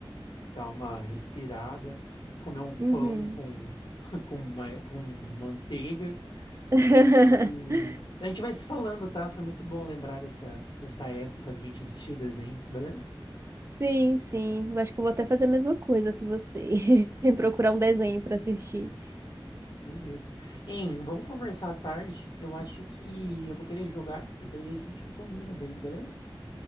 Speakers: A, on the left; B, on the right.
A: dar uma respirada, comer um pão
B: Uhum.
A: com, <laughs> com, ma- com manteiga.
B: <laughs>
A: E a gente vai se falando, tá? Foi muito bom lembrar dessa, dessa época que a gente assistiu o desenho, beleza?
B: Sim, sim. Eu Acho que eu vou até fazer a mesma coisa que você. <laughs> Procurar um desenho pra assistir.
A: Beleza. Hein, vamos conversar à tarde. Eu acho que eu vou querer jogar e daí a gente combina daí, beleza?